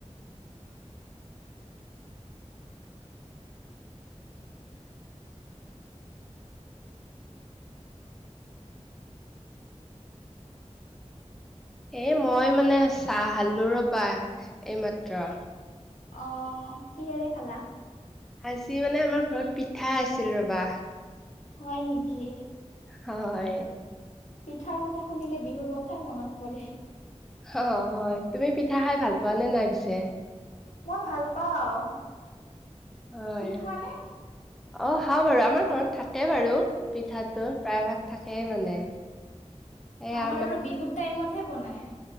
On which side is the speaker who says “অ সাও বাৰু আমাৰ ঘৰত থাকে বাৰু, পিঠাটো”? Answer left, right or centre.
Centre